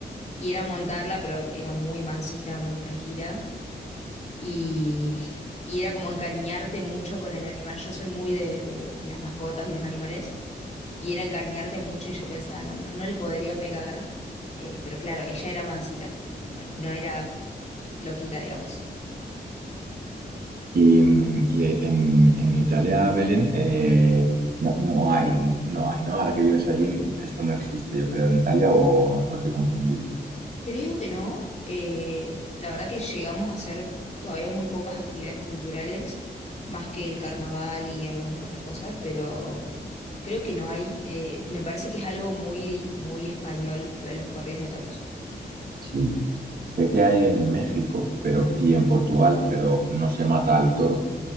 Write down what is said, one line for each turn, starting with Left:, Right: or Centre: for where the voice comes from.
Left: y era montarla, pero era muy mansita, muy tranquila y, y era como encariñarte mucho con el animal. Yo soy muy de, de- de las mascotas y los animales y era encariñarte mucho y yo pensaba, no, no, no le podría pegar, eh, pero claro, ella era mansita, no, no era loquita, digamos.
Right: Y, mm, y e, en, en Italia, Belén, eh, no, no hay, no hay, ¿no? Ahora que vives allí, esto no existe, yo creo, en Italia, o a lo mejor estoy confundido.
Left: Creo que no. eh, la verdad que llegamos a hacer todavía muy pocas actividades culturales, más que el carnaval y algunas otras cosas, pero creo que no hay. eh, me parece que es algo muy, muy español lo de las corridas de toros.
Right: Sí, sé que hay en México pero, y en Portugal, pero no se mata al toro.